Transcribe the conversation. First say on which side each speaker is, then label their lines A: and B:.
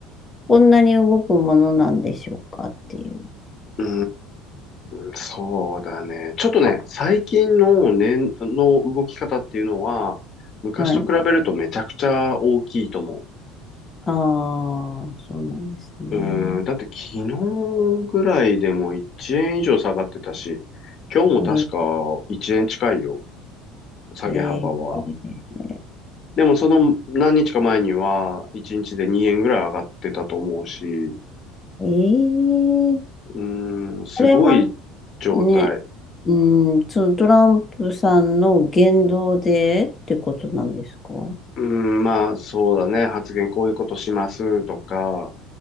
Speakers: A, on the left; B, on the left.
A: こんなに動くものなんでしょうかっていう。
B: ーん、そうだね。ちょっとね、最近の値の動き方っていうのは、昔と比べるとめちゃくちゃ大きいと思う。
A: はい。ああ、そうなんですね。
B: うーん、だって昨日ぐらいでも1円以上下がってたし、今日も確か
A: えー、
B: 1円近いよ、下げ幅は。
A: えー、
B: でもその何日か前には1日で2円ぐらい上がってたと思うし、
A: えー、
B: うーん、すごい状態。
A: あれはね、うん、そのトランプさんの言動でってことなんですかあ
B: うーん、まあそうだね、発言こういうことしますとか、